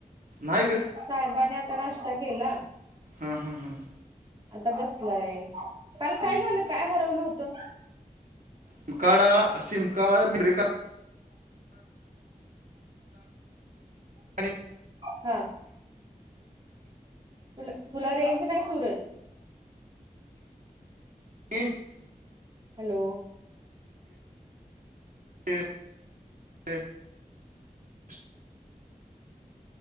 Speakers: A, on the right (about 65°); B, on the right (about 30°).
A: नाही ग
B: साहेबाने आता नाष्टा केला....
A: हा हा हा
B: आता बसलंय काल काय
A: हम्म,
B: झालं
A: हम्म.
B: काय हरवून होतं...
A: सिम कार्डा सिम कार्ड मेमरी कार्ड... आणि
B: हा... तुला तुला रेंज नाही सूरज....
A: एक...
B: हॅलो...
A: <unintelligible>